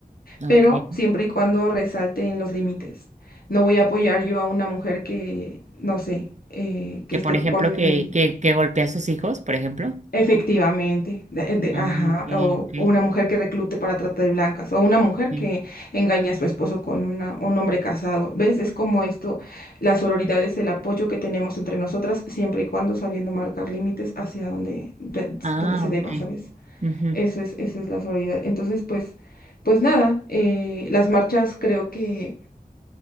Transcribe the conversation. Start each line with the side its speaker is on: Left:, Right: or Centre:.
Right: Ok.
Left: Pero siempre y cuando resalte en los límites. No voy a apoyar yo a una mujer que, no sé, eh, que
Right: Que
Left: esté
Right: por ejemplo,
Left: con
Right: que, que, que golpea a sus hijos, por ejemplo.
Left: Efectivamente, de- eh, de-
Right: Ah,
Left: ajá,
Right: ok,
Left: o,
Right: ok,
Left: o una mujer que reclute para trata de blancas, o una mujer
Right: ok.
Left: que engaña a su esposo con una, un hombre casado. ¿Ves? Es como esto, la sororidad es el apoyo que tenemos entre nosotras, siempre y cuando sabiendo marcar límites hacia donde, de-
Right: Ah,
Left: donde se deba,
Right: ok.
Left: ¿sabes?
Right: ujú,
Left: Eso es, eso es la sororidad. Entonces, pues, pues nada, eh, las marchas creo que